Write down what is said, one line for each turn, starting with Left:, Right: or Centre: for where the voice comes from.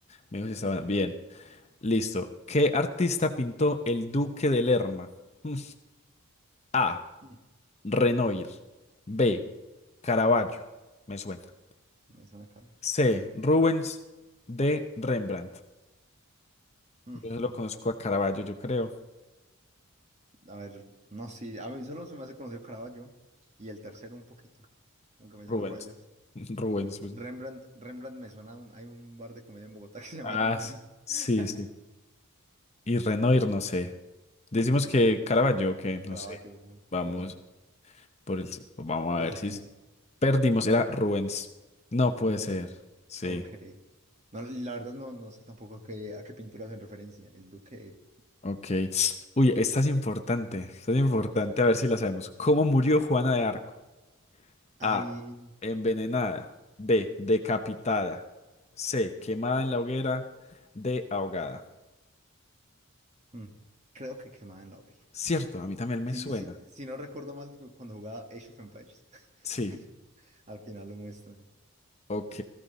Left: Me dijo si está
Right: Melo,
Left: buena. Bien,
Right: melo.
Left: listo. ¿Qué artista pintó El Duque de Lerma? <laughs> Hmm. A.
Right: Mm,
Left: Renoir. B. Caravaggio. Me suena.
Right: Me suena Caravaggio.
Left: C. Rubens. D. Rembrandt.
Right: Mm,
Left: Yo solo conozco a Caravaggio, yo creo.
Right: A ver, no, sí. A mí solo se me hace conocido Caravaggio. Y el tercero un poquito, aunque me suena
Left: Rubens.
Right: por ahí lejos.
Left: <laughs> Rubens, pues.
Right: Rembrandt, Rembrandt me suena. a un- hay un bar de comedia en Bogotá <laughs> que se llama
Left: Ah,
Right: Rembrandt.
Left: s- sí,
Right: <laughs>
Left: sí. Y Renoir, no sé. Decimos
Right: No.
Left: que Caravaggio, que no
Right: Caraballo
Left: sé. Vamos
Right: por,
Left: por el. si- Vamos
Right: por
Left: a ver
Right: su Toscanini.
Left: si s- perdimos. Era Rubens. No puede
Right: Rubens.
Left: ser. Sí.
Right: Ok. No, la verdad no, no sé tampoco a qué, a qué pintura hacen referencia. El Duque
Left: Ok. Uy, esta es importante. Esta es importante.
Right: va.
Left: A ver si la sabemos. ¿Cómo murió Juana de Arco?
Right: Ahí
Left: A. Envenenada. B. Decapitada. C. Quemada en la hoguera. D. Ahogada.
Right: mm, creo que quemada en la hoguera.
Left: Cierto, a mí también me
Right: Si,
Left: suena.
Right: si, si no recuerdo mal, cuando jugaba Age of Empires,
Left: Sí,
Right: <laughs> al final lo muestran
Left: ok.